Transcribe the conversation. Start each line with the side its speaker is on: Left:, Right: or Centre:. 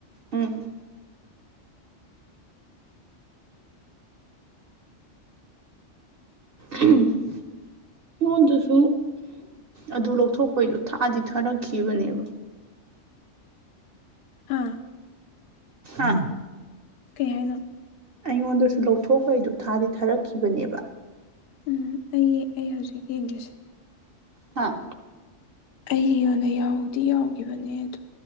Right: ꯎꯝ ꯎꯝ ꯑꯩꯉꯣꯟꯗꯁꯨ ꯑꯗꯨ ꯂꯧꯊꯣꯛꯄꯩꯗꯣ ꯊꯥꯛꯑꯗꯤ ꯊꯥꯔꯛꯈꯤꯕꯅꯦꯕ
Left: ꯍꯥꯥ
Right: ꯑꯥ
Left: ꯀꯩ ꯍꯥꯏꯅ
Right: ꯑꯩꯉꯣꯟꯗꯁꯨ ꯂꯧꯊꯣꯛꯄꯩꯗꯣ ꯊꯥꯗꯤ ꯊꯥꯔꯛꯈꯤꯕꯅꯦꯕ
Left: ꯎꯝ ꯑꯩ ꯑꯩ ꯍꯧꯖꯤꯛ ꯌꯦꯡꯒꯁꯦ
Right: ꯍꯥꯥ
Left: ꯑꯩꯒꯤꯣꯟ ꯑꯣꯏꯅ ꯌꯥꯎꯗꯤ ꯌꯥꯎꯈꯤꯕꯅꯦ ꯑꯗ